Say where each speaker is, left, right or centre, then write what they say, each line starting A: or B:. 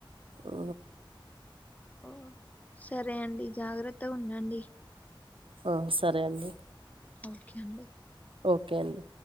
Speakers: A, on the right; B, on the left.
A: ఓ
B: ఓ సరే అండి జాగ్రత్తగా ఉండండి
A: ఆ సరే అండి
B: ఓకే అండి
A: ఓకే అండి